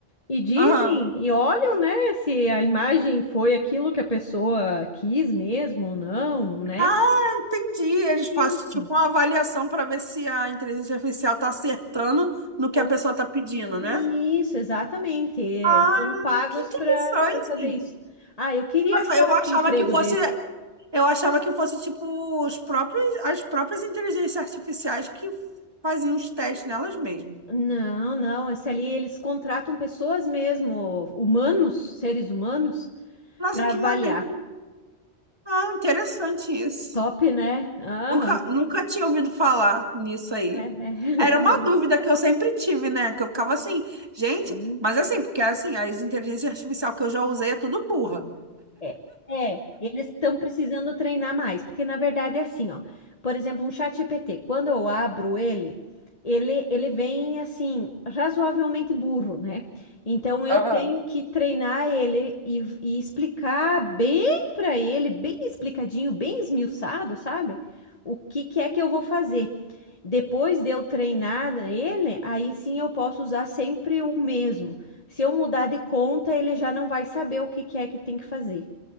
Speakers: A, on the left (about 35°); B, on the right (about 20°).
A: e dizem,
B: Aham.
A: e olham, né, se a imagem foi aquilo que a pessoa quis mesmo ou não, né?
B: Ah, entendi. Eles fazem
A: Isso.
B: tipo uma avaliação para ver se a inteligência artificial está acertando no que
A: O-
B: a pessoa está pedindo, né?
A: Isso, exatamente. É,
B: Ah,
A: São pagos
B: que interessante.
A: para fazer isso. Ah, eu queria
B: Nossa,
A: achar
B: eu achava
A: um emprego
B: que fosse,
A: desse.
B: eu achava que fosse tipo os próprios, as próprias inteligências artificiais que faziam os testes nelas mesmas.
A: Não, não, esse ali eles contratam pessoas mesmo, humanos, seres humanos,
B: Nossa,
A: para
B: que
A: avaliar.
B: maneiro. Ah, interessante isso.
A: Top, né? Aham.
B: Nunca, nunca tinha ouvido falar nisso aí.
A: É, é.
B: Era uma dúvida que eu sempre tive, né? Que eu ficava assim, gente,
A: <laughs> Sim.
B: mas assim, porque assim, as inteligências artificial que eu já usei é tudo burra.
A: É, é, eles estão precisando treinar mais, porque na verdade é assim, ó. Por exemplo, um chat GPT, quando eu abro ele, ele, ele vem assim, razoavelmente burro, né? Então eu
B: Aham.
A: tenho que treinar ele e, e explicar bem para ele, bem explicadinho, bem esmiuçado, sabe? O que que é que eu vou fazer. Depois de eu treinar ele, aí sim eu posso usar sempre o mesmo. Se eu mudar de conta, ele já não vai saber o que que é que tem que fazer.